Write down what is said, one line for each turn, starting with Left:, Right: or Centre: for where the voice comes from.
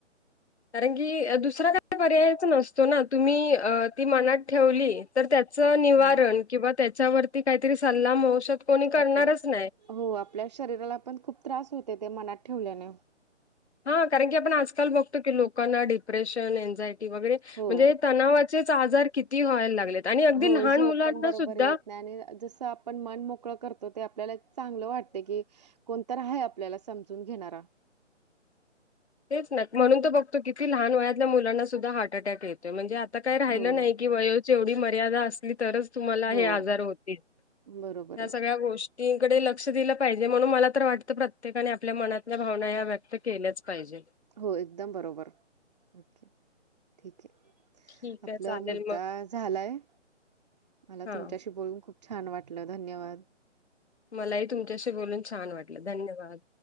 Left: कारण की दुसरा काय पर्यायच नसतं तो ना तुम्ही अ ती मनात ठेवली. तर त्याच निवारण
Right: हो.
Left: किंवा त्याच्यावरती काहीतरी सल्ला औषध कोणी करणारच
Right: आपल्या
Left: नाही.
Right: हो, आपल्या शरीराला पण खूप त्रास होते. ते मनात ठेवल्याने.
Left: हा, कारण की आपण आजकाल बघतो. की लोकांना डिप्रेशन, एन्झायटी वगैरे,
Right: हो.
Left: म्हणजे तणावाचे आजार किती व्हायला लागलेत. आणि अगदी
Right: हो
Left: लहान
Right: झोप
Left: मुलांना
Right: बरोबर
Left: सुद्धा
Right: येत नाही आणि जसं आपण पण मन मोकळं करतो. ते आपल्याला चांगलं वाटते की कोण तर आहे, आपल्याला समजून घेणारा.
Left: तेच ना म्हणून तो बघतो किती लहान वयातल्या मुलांना सुद्धा हार्ट अटॅक येतोय म्हणजे, आता काय राहिलं
Right: हो
Left: नाही. की वयोची एवढी मर्यादा असली तरच तुम्हाला
Right: हो.
Left: हे, आजार होतील
Right: बरोबर
Left: ह्या
Right: आहे
Left: सगळ्या गोष् <unintelligible> लक्ष दिलं पाहिजे. मला तर वाटत प्रत्येकाने या मनातल्या भावना या व्यक्त केल्याच पाहिजे. पाहिजे
Right: हो एकदम बरोबर ओके ठीक आहे.
Left: ठीक आहे
Right: आपला
Left: चालेल
Right: मुद्दा
Left: मग
Right: झालाय. मला
Left: हां,
Right: तुमच्याशी बोलून खूप छान वाटलं धन्यवाद.
Left: मलाही तुमच्याशी बोलून छान वाटलं धन्यवाद.